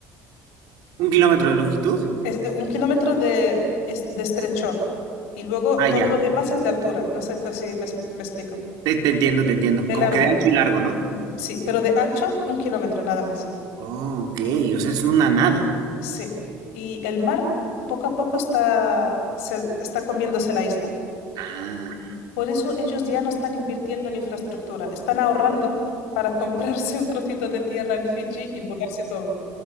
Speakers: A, on the right; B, on the left.
A: ¿Un kilómetro de longitud?
B: Es, eh, un kilómetro de, es- de estrechor. Y luego
A: Ah,
B: todo
A: ya.
B: lo demás es de altura. No sé co- si me, es- me explico.
A: Te, te entiendo, te entiendo.
B: De
A: Como
B: largo.
A: que de ancho y largo, ¿no?
B: Sí, pero de ancho, un kilómetro nada más.
A: Oh, ok. O sea, es una nada.
B: Sí. Y el mar poco a poco está, se- está comiéndose la isla.
A: Ah.
B: Por eso ellos ya no están invirtiendo en infraestructura, están ahorrando para <laughs> comprarse un trocito de tierra en Fiji y mudarse todo.